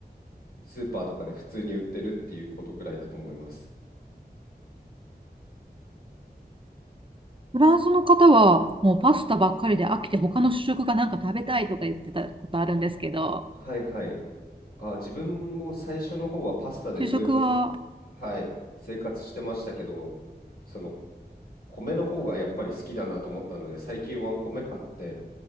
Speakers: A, on the left (about 65°); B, on the right (about 30°).
A: スーパーとかで普通に売ってるっていうことぐらいだと思います。
B: フランスの方はもうパスタばっかりで飽きて他の主食がなんか食べたいとか言ってたことあるんですけど、
A: はいはい。あ、自分も最初の方はパスタでずっと
B: 主食は
A: はい、生活してましたけど、その米の方がやっぱり好きだなと思ったので、最近は米買って